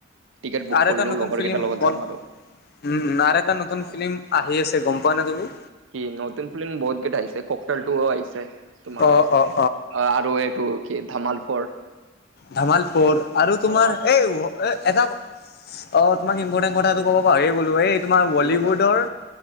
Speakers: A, on the right; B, on the left.
A: টিকেট বুক
B: আৰু
A: কৰিলো
B: এটা নতুন
A: লগৰ
B: ফ্লিম
A: কেইটাৰ লগত
B: বন
A: যাম আৰু
B: উম আৰু এটা নতন
A: অ'।
B: ফ্লিম আহি আছে গম পোৱা নে তুমি?
A: কি নতুন ফিল্ম বহুত কেইটা আহিছে ককটল টোও আহিছে। তোমাৰ
B: অ', অ',
A: অ আৰু এইটো কি ধামাল ফৰ
B: ধামাল ফৰ আৰু তোমাৰ
A: অ
B: এই এই এটা অ তোমাক ইম্পৰ্টেণ্ট কথাটো ক'ব পাহৰিয়ে গ'লো এই তোমাৰ বলিউডৰ
A: কি কথা